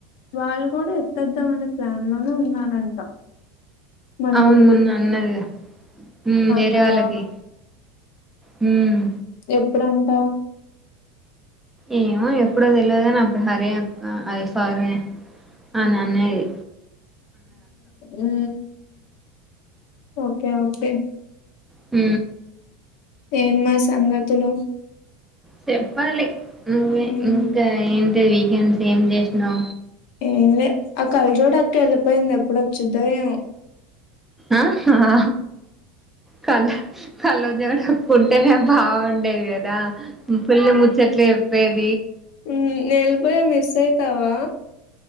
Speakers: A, on the left (about 65°); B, in the centre.
A: వాళ్ళు కూడా ఎత్తిద్దామనే ప్లాన్ లోనూ ఉన్నారంట మనకు
B: అవును
A: తెలిదు
B: మొన్న అన్నదిగా
A: మరి
B: హ్మ్
A: అన్నదా
B: వేరే వాళ్ళకి హ్మ్
A: ఎప్పుడంట
B: ఏమో ఎప్పుడో తెలియదుని అప్పుడు హరే అది సారీ ఆ నన్నేది
A: ఉ ఓకే ఓకే ఓకే
B: హ
A: ఏన్మా సంగతులు
B: చెప్పాల నువ్వ
A: హ్మ్
B: ఇంకా అ వీకెండ్స్ ఏం చేసినా్
A: ఏం లే ఆ కళ్ళ చోడు అక్క వెళ్ళిపోయింది ఎప్పుడు ఒక చూద్దా ఏం
B: ఆ ఆ కాల కలో చడ ఉంటేనే బాగుండేది కదా పిల్ల ముచ్చట్లే వేడు
A: ఉ నల్బయ మస్ సేతావా